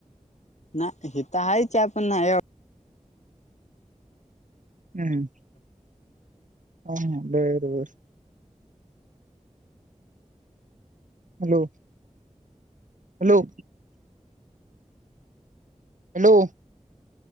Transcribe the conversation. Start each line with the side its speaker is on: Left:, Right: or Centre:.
Left: नाय ते काय चहा पिऊन नाय एवढा
Right: हम हा बर बर हॅलो हॅलो हॅलो